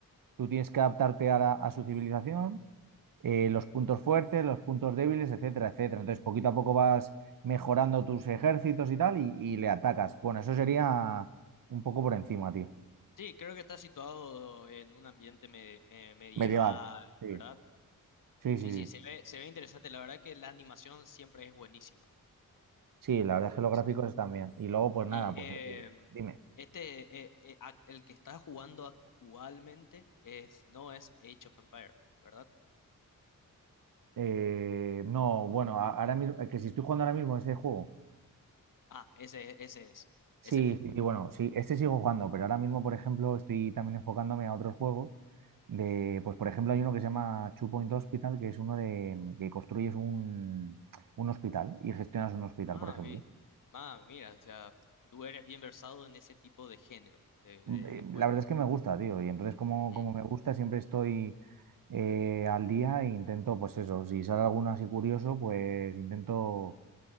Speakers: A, on the right; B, on the left.
A: tú tienes que adaptarte a la- a su civilización eh, los puntos fuertes, los puntos débiles, etcétera, etcétera. Entonces, poquito a poco vas mejorando tus ejércitos y tal, y, y le atacas. Bueno, eso sería un poco por encima, tío.
B: Sí, creo que está situado en un ambiente me- me- medieval,
A: Medieval. Sí,
B: ¿verdad?
A: sí,
B: Sí,
A: sí, sí.
B: sí, se ve, se ve interesante. La verdad que la animación siempre es buenísima.
A: Sí, la verdad es que los
B: Sí,
A: gráficos
B: sí.
A: están bien. Y luego, pues
B: Y
A: nada, pues
B: em,
A: eh, eh, dime.
B: este, eh, eh, ac- el que está jugando actualmente es, no es Age of Empire, ¿verdad?
A: Eh, no, bueno, a- ahora mismo, eh, que si estoy jugando ahora mismo ese juego.
B: Ah, ese, ese es,
A: Sí,
B: ese mismo.
A: sí, sí, bueno, sí, este sigo jugando, pero ahora mismo, por ejemplo, estoy también enfocándome a otros juegos. de, pues por ejemplo, hay uno que se llama Two Point Hospital, que es uno de mm, que construyes un, un hospital y gestionas un hospital,
B: Ah,
A: por ejemplo.
B: vi. Ah, mira, o sea, tú eres bien versado en ese tipo de género de, de,
A: Mm, Eh,
B: de juego.
A: La verdad es que me gusta, tío, y entonces como,
B: Ujú.
A: como me gusta, siempre estoy eh, al día e intento, pues eso, si sale alguno así curioso, pues intento